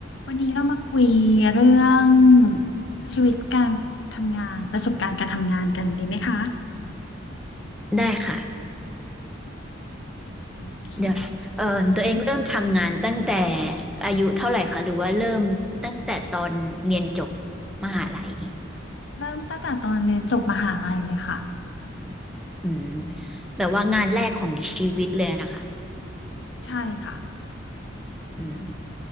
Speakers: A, on the left (about 60°); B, in the centre.
A: วันนี้เรามาคุยเรื่องชีวิตการทำงานประสบการณ์การทำงานกันดีไหมคะ
B: ได้ค่ะ
A: โอเค
B: เดี๋ยวเอ่อตัวเองเริ่มทำงานตั้งแต่อายุเท่าไหร่คะหรือว่าเริ่มตั้งแต่ตอนเรียนจบมหาลัย
A: เริ่มตั้งแต่ตอนเรียนจบมหาลัยเลยค่ะ
B: อืมแบบว่างานแรกของชีวิตเลยนะคะ
A: ใช่ค่ะ
B: อืม